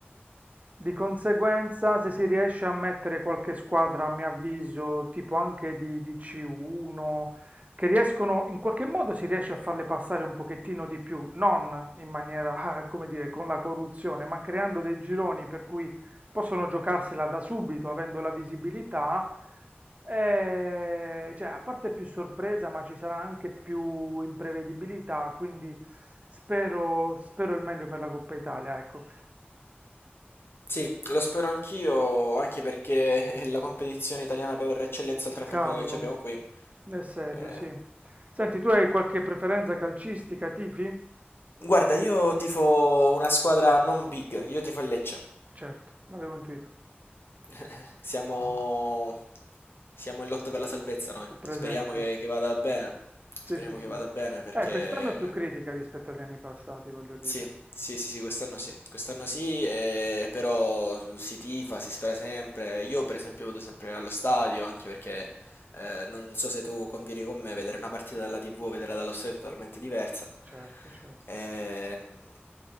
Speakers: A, on the right (about 35°); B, on the left (about 65°).
A: Di conseguenza, se si riesce a mettere qualche squadra, a mio avviso, tipo anche di, di C1, che riescono, in qualche modo si riesce a farle passare un pochettino di più, non in maniera, <laughs> come dire, con la corruzione, ma creando dei gironi per cui possono giocarsela da subito avendo la visibilità, eh, cioè, a parte più sorpresa, ma ci sarà anche più imprevedibilità, quindi spero, spero il meglio per la Coppa Italia, ecco.
B: Sì, lo spero anch'io, anche perché <laughs> è la competizione italiana per eccellenza oltre
A: Cavolo,
B: al campionato che ci abbiamo qui.
A: è serio,
B: Eh,
A: sì. Senti, tu hai qualche preferenza calcistica, tifi?
B: Guarda, io tifo una squadra non big, io tifo il Lecce.
A: Certo, l'avevo intuito.
B: <laughs> Siamo,
A: Mhm.
B: siamo in lotta per la salvezza noi.
A: Ho
B: Speriamo
A: presente.
B: che, che vada bene.
A: Sì,
B: Speriamo
A: sì, sì.
B: che vada bene perché
A: Eh, quest'anno è più critica rispetto agli anni passati, voglio dire.
B: sì, sì, sì, sì, quest'anno sì. Quest'anno sì, eh, però si tifa, si spera sempre. Io per esempio vado sempre allo stadio anche perché eh, non so se tu convieni con me, vedere una partita dalla TV o vederla dallo stadio è totalmente diversa.
A: Certo, certo.
B: Ehm,